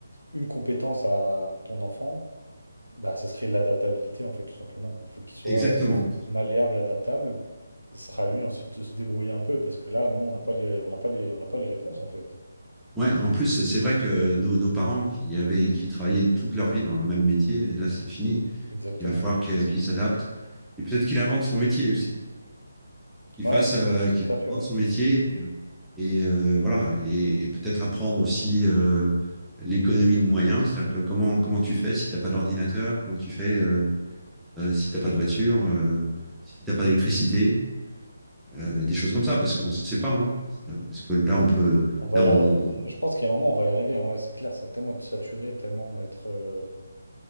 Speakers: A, on the left; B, in the centre.
A: une compétence à ton enfant, Bah, ça serait l'adaptabilité, en fait, tout simplement. Il faut qu'il soit
B: exactement.
A: euh, malléable, adaptable. Ce sera à lui ensuite de se débrouiller un peu, parce que là, nous, on n'a pas les, on n'a pas les, on n'a pas les réponses, en fait.
B: Ouais, en plus, c'est vrai que nos, nos parents qui avaient, qui travaillaient toute leur vie dans le même métier, là, c'est fini.
A: Exactement.
B: il va falloir que- qu'ils s'adaptent. Et peut-être qu'il invente son métier aussi. qu'il
A: Ouais,
B: fasse, euh, qu'il
A: tout à fait,
B: apprenne
A: ouais.
B: son métier et, euh, et, euh, voilà, et, et peut-être apprendre aussi euh, l'économie de moyens, c'est-à-dire que comment comment tu fais si t'as pas d'ordinateur, comment tu fais euh, euh, si t'as pas de voiture, euh, si t'as pas d'électricité, euh, des choses comme ça, parce qu'on ne sait pas, hein. C'est- euh, parce que là on peut,
A: On va
B: là
A: y
B: on,
A: arri- Je pense qu'à un moment, on va y arriver. hein, Ouais, c'est clair, ça va tellement être saturé, tellement être... euh,